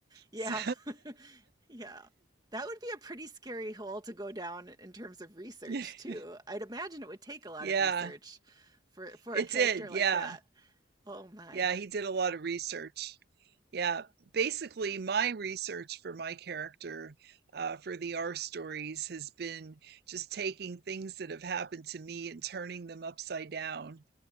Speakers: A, on the right; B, on the right.
A: yeah
B: So
A: <laughs> yeah that would be a pretty scary hole to go down in terms of research
B: <laughs>
A: too i'd imagine it would take a lot
B: yeah,
A: of research for for
B: it
A: a character
B: did.
A: like
B: Yeah.
A: that oh my
B: Yeah, he did a lot of research. Yeah. Basically, my research for my character uh, for the R stories has been just taking things that have happened to me and turning them upside down